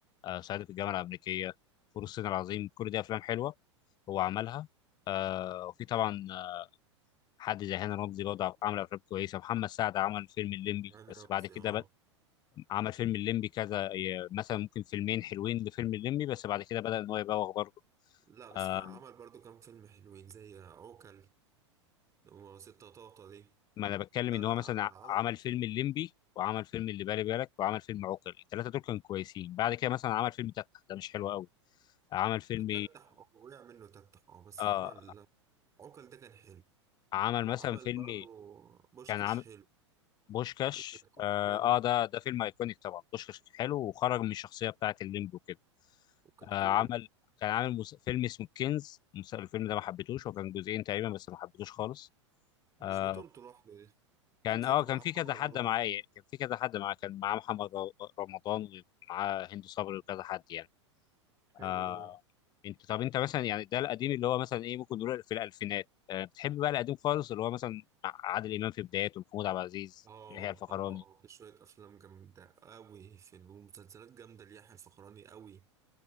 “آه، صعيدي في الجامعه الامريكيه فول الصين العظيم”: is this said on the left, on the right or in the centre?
Left